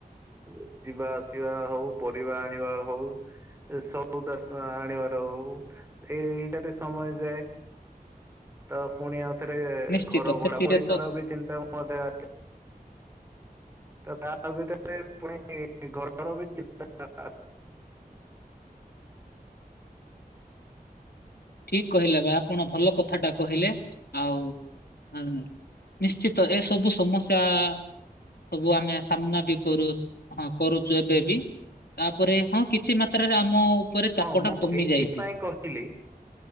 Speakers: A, on the right (about 15°); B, on the left (about 80°).
A: ଏ ଯିବା ଆସିବା ହୋଉ ପରିବା ଆଣିବା ହୋଉ ଏ ସୋଉଦା ସ୍ ଆଣିବାର ହୋଉ ଏ ଏଇଟାରେ ସମୟ ଯାଏ। ତ ପୁଣି ଆଉଥରେ
B: ନିଶ୍ଚିତ
A: ଘର
B: ସେଥିରେ
A: ଭଡା ପଇସାର
B: ତ
A: ବି ଚିନ୍ତା ମଧ୍ୟ ଆ ତ ତା ଭିତରେ ପୁଣି ଘରର ବି ଚିନ୍ତା
B: <inaudible> ଠିକ କହିଲେ ଭାଇ ଆପଣ ଭଲ କଥାଟା କହିଲେ ଆଉ ଆଁ ନିଶ୍ଚିତ ଏ ସବୁ ସମସ୍ୟା ସବୁ ଆମେ ସାମ୍ନା ବି କରୁ ହଁ କରୁଚୁ ଏବେ ବି। ତାପରେ ହଁ କିଛି ମାତ୍ରାରେ ଆମ ଉପରେ ଚାପଟା
A: ହଁ ମୁଁ
B: କମି
A: ଏଇଥିପାଇଁ
B: ଯାଇଛି।
A: କହିଲି